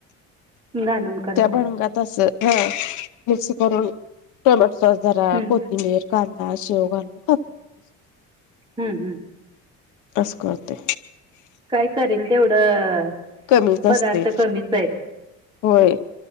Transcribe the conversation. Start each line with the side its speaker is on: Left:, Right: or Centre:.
Right: घालून करताय.
Left: त्या बणंगात अस ह मिक्स करून टोमॅटो सॉस जरा
Right: हम्म
Left: कोथिंबीर ग शोगांू खात बस
Right: हं् हं
Left: असस करते
Right: काय करेल तेवढं
Left: कमीच असते
Right: पदार्थ कमीच आहेत
Left: होय